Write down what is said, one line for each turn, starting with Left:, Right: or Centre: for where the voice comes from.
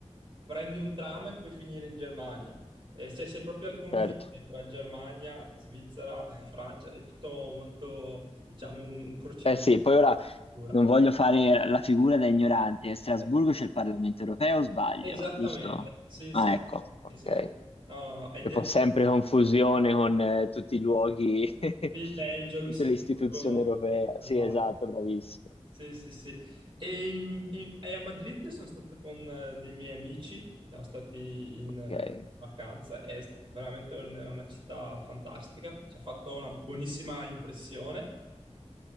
Right: prendi un tram e puoi finire in Germania. E se sei proprio al confine
Left: Certo.
Right: tra Germania, Svizzera e Francia, è tutto molto, diciamo, un un crocevia
Left: Eh sì, poi ora
Right: pura.
Left: non voglio fare la figura da ignorante. A Strasburgo
Right: Eh,
Left: c'è il Parlamento europeo, o sbaglio,
Right: Esattamente,
Left: giusto?
Right: sì,
Left: Ah,
Right: sì,
Left: ecco, ok.
Right: sì, sì, sì. No, no, no, è
Left: Che
Right: de-
Left: fa sempre confusione con eh, tutti i luoghi, <laughs>
Right: di Belgio, Lussemburgo,
Left: tutte le istituzioni europee. Sì,
Right: là.
Left: esatto, bravissimo.
Right: Sì, sì, sì. E, in- in- e a Madrid sono stato con eh, dei miei amici, siamo stati in
Left: Ok.
Right: eh, vacanza, è s- veramente un- una città fantastica, ci ha fatto una buonissima impressione.